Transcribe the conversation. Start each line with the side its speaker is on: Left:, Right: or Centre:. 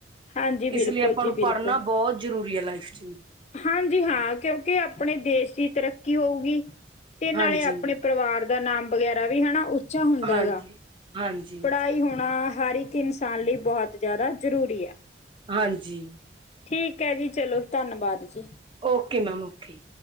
Left: ਹਾਂਜੀ ਬਿਲਕੁਲ
Right: ਇਸਲਿਏ ਆਪਾ
Left: ਜੀ
Right: ਨੂੰ
Left: ਬਿਲਕੁਲ
Right: ਪੜਨਾ ਬੋਤ ਜ਼ਰੂਰੀ ਐ ਲਾਈਫ ਚ'।
Left: ਹਾਂਜੀ। ਹਾਂ, ਕਿਉਕਿ ਆਪਣੇ ਦੇਸ ਦੀ ਤਰੱਕੀ ਹੋਊਗੀ। ਤੇ ਨਾਲੇ
Right: ਹਾਂਜੀ
Left: ਆਪਣੇ ਪਰਿਵਾਰ ਦਾ ਨਾਮ ਵਗੈਰਾ ਵੀ ਹਨਾ ਉੱਚਾ ਹੁੰਦਾ
Right: ਹਾਂਜੀ
Left: ਹੈਗਾ।
Right: ਹਾਂਜੀ
Left: ਪੜ੍ਹਾਈ ਹੋਣਾ ਹਰ ਇੱਕ ਇੱਕ ਇਨਸਾਨ ਲਈ ਬਹੁਤ ਜ਼ਿਆਦਾ ਜ਼ਰੂਰੀ ਹੈ।
Right: ਹਾਂਜੀ।
Left: ਠੀਕ ਹੈ ਜੀ ਚਲੋ ਧੰਨਵਾਦ ਜੀ।
Right: Okay ma'am, okay.